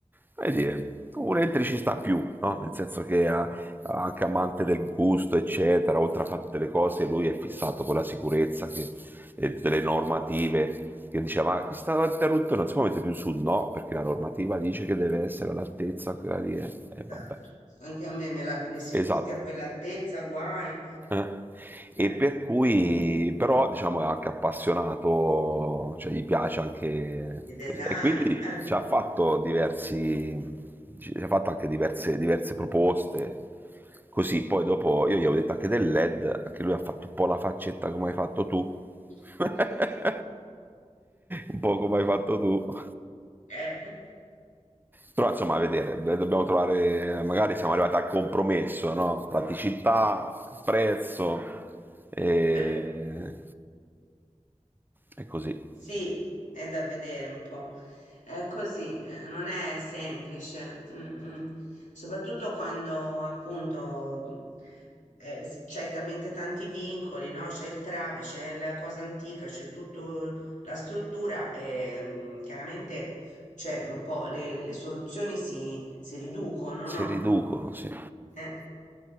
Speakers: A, on the right (about 15°); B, on the left (about 80°).
A: come dire, un elettricista più, no? nel senso che ha, ha anche amante del gusto, eccetera, oltre a fare tutte le cose, lui è fissato con la sicurezza che, e tutte le normative che diceva ma questa rotta non si può mettere più su no perché la normativa dice che deve essere all'altezza quella lì e eh,
B: Esatto.
A: vabbè
B: Anche a me me l'ha messi
A: Esatto.
B: tutti a quell'altezza, guai.
A: eh. E
B: Eh.
A: per cui,
B: Mm.
A: però, diciamo, è anche appassionato, cioè gli piace anche
B: Di design.
A: così. E quindi
B: eh.
A: ci ha fatto diversi, ci ha fatto anche diverse, diverse proposte. Così, poi dopo io gli avevo detto anche del LED, anche lui ha fatto un po' la faccetta come hai fatto tu,
B: <laughs>
A: <laughs> un po' come hai fatto tu.
B: Eh,
A: Però insomma, a vedere, beh, dobbiamo trovare, magari siamo arrivati al compromesso, no? Praticità, prezzo e,
B: eh,
A: e così.
B: sì, è da vedere un po'. È così, eh, non è semplice, mm, mm. Soprattutto quando appunto eh, s- c'hai talmente tanti vincoli, no? C'è il trave, c'è la cosa antica, c'è tutta la struttura e mm, chiaramente c'è un po' le, le soluzioni si, si riducono,
A: Si
B: no?
A: riducono, sì.
B: Eh.